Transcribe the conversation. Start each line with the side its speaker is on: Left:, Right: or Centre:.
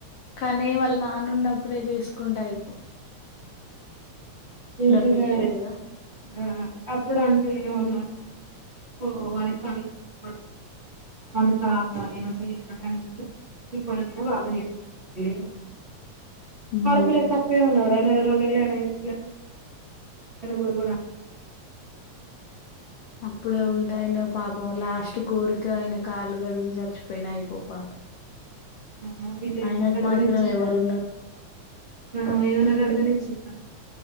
Left: కానీ వాళ్ళ నాన్న ఉన్నప్పుడే చేసుకుంటయిపో
Right: ఏంటి
Left: పెళ్లి
Right: మ్యారేజ్
Left: కదా
Right: ఆ అప్పుడు అంటే ఏమన్నారు ఓ వారి కళ్ళు కనపడ <unintelligible> మా చెల్లి ఎప్పుడికైనా వాళ్ళే చేసుకుంటార్ లే
Left: ఉమ్
Right: ఆడపిల తప్పే ఉన్నారనే రెన్నేళ్లు అయిన ఇన్ ను కూడాకూడా
Left: అప్పుడే ఉంటాయన పాపం లాస్ట్ కోరిక అయన కాళ్ళు గడిగి చచ్చిపోయిన అయిపో పాపం
Right: అవును నిన్ను ఏమన్నా
Left: ఆయనకు
Right: కడగనిచ్చిందా
Left: మాత్రం ఎవరున్నారు
Right: ఆ ఏమన్నా గడగనిచ్చిందా